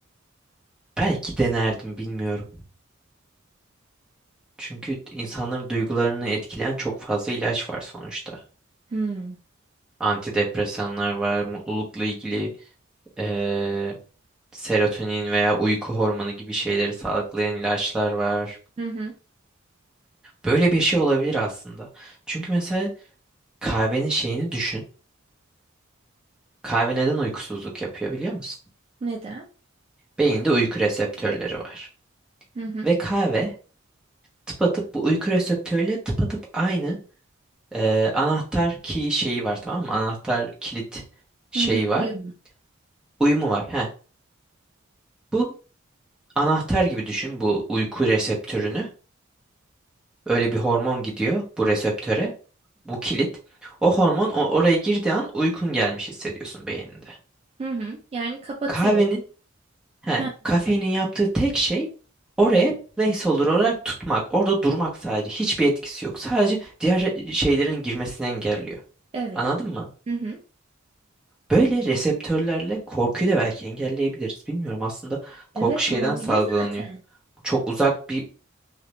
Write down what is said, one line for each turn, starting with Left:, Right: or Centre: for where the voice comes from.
Centre: belki denerdim bilmiyorum. Çünkü insanların duygularını etkileyen çok fazla ilaç var sonuçta.
Right: Hmm.
Centre: Antidepresanlar var, mutlulukla ilgili ee, serotonin veya uyku hormonu gibi şeyleri salgılayan ilaçlar var.
Right: Hı hı.
Centre: Böyle bir şey olabilir aslında. Çünkü mesela kahvenin şeyini düşün. Kahve neden uykusuzluk yapıyor biliyor musun?
Right: Neden?
Centre: Beyinde uyku reseptörleri var.
Right: Hı hı.
Centre: Ve kahve tıpatıp bu uyku reseptörüyle tıpatıp aynı e, anahtar key şeyi var tamam mı? Anahtar kilit
Right: Hı
Centre: şeyi
Right: hı.
Centre: var.
Right: Uyum.
Centre: Uyumu var. Heh. Bu anahtar gibi düşün bu uyku reseptörünü. Öyle bir hormon gidiyor bu reseptöre. Bu kilit. O hormon o, oraya girdiği an uykun gelmiş hissediyorsun beyninde.
Right: Hı hı. Yani kapatıyor.
Centre: Kahvenin He,
Right: Hı.
Centre: kafeinin yaptığı tek şey oraya placeholder olarak tutmak. Orada durmak sadece. Hiçbir etkisi yok. Sadece diğer re- şeylerin girmesini engelliyor.
Right: Evet.
Centre: Anladın mı?
Right: Hı hı.
Centre: Böyle reseptörlerle korkuyu da belki engelleyebiliriz. Bilmiyorum aslında
Right: Evet
Centre: korku şeyden
Right: olabilir
Centre: salgılanıyor.
Right: zaten.
Centre: Bu Çok uzak bir